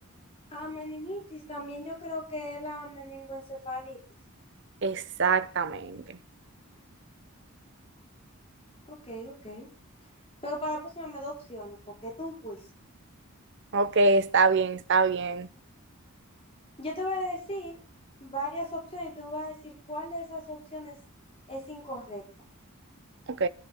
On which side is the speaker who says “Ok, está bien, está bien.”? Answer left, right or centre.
Right